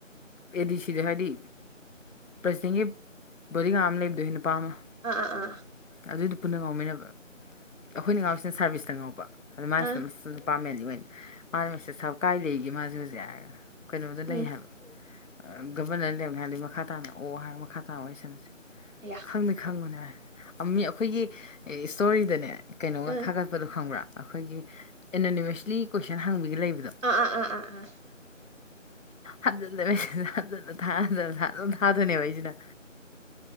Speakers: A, on the left; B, on the right.
A: ꯑꯦꯗꯤ ꯁꯤꯗ ꯍꯥꯏꯗꯤ ꯄ꯭ꯔꯁꯤꯗꯦꯟꯒꯤ ꯕꯣꯗꯤꯒꯥꯠ ꯑꯃ ꯂꯩꯕꯗꯣ ꯅꯨꯄꯥ ꯑꯃ
B: ꯑꯥ ꯑꯥ ꯑꯥ
A: ꯑꯗꯨꯏꯗꯤ ꯄꯨꯟꯅ ꯉꯥꯎꯃꯤꯟꯅꯕ ꯑꯩꯈꯣꯏꯅ ꯉꯥꯎꯁꯤꯅ ꯁꯥꯔꯚꯤꯁꯇ ꯉꯥꯎꯕ ꯑꯗ ꯃꯥꯥꯏꯁꯤꯅ
B: ꯑꯥ
A: ꯄꯥꯥꯃꯦꯟꯅꯤ ꯑꯣꯏꯅ ꯃꯥꯅ ꯃꯦꯁꯦꯁ ꯊꯔꯛꯄ ꯀꯥꯏ ꯂꯩꯒꯦ ꯃꯥꯁꯦ ꯍꯧꯖꯤꯛ ꯀꯩꯅꯣꯗ ꯂꯩ
B: ꯎꯝ
A: ꯍꯥꯏꯕ ꯒꯕꯔꯟꯅꯔ ꯂꯦꯝꯅꯤ ꯍꯥꯏꯔꯗꯤ ꯃꯈꯥ ꯇꯥꯅ ꯑꯣ ꯍꯥꯏꯒ ꯃꯈꯥ ꯇꯥꯅ ꯋꯥꯔꯤꯁꯅꯁꯤ
B: ꯑꯌꯥ
A: ꯈꯪ ꯈꯪꯕꯅꯦ ꯃꯤ ꯑꯩꯈꯣꯏꯒꯤ ꯏꯁꯇꯣꯔꯤꯗꯅꯦ ꯀꯩꯅꯣꯒ
B: ꯎꯝ
A: ꯊꯥꯒꯠ ꯍꯥꯄꯗꯣ ꯈꯪꯕ꯭ꯔꯥ ꯑꯩꯈꯣꯏꯒꯤ ꯑꯦꯅꯣꯅꯤꯃꯁꯂꯤ ꯀꯣꯏꯁꯟ ꯍꯪꯕꯒ ꯂꯩꯕꯗꯣ
B: ꯑꯥ ꯑꯥ ꯑꯥ ꯑꯥ ꯑꯥ
A: ꯍꯟꯖꯤꯜꯂꯦ ꯃꯁꯤ ꯍꯟꯖꯤꯜꯂ ꯊ ꯍꯟꯖꯤꯜꯂ ꯊꯥꯖꯅ ꯊꯥꯗꯣꯏꯅꯦꯕ ꯑꯩꯁꯤꯅ